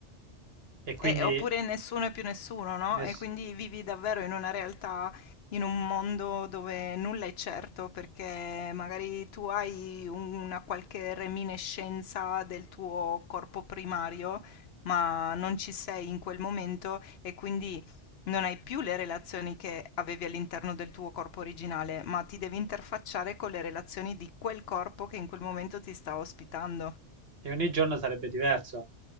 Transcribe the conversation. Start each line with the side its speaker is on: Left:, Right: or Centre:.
Right: e quindi
Left: E- oppure nessuno è più nessuno, no?
Right: ness-
Left: E quindi vivi davvero in una realtà, in un mondo dove nulla è certo, perché magari tu hai una qualche reminiscenza del tuo corpo primario, ma non ci sei in quel momento e quindi non hai più le relazioni che avevi all'interno del tuo corpo originale, ma ti devi interfacciare con le relazioni di quel corpo che in quel momento ti sta ospitando.
Right: e ogni giorno sarebbe diverso,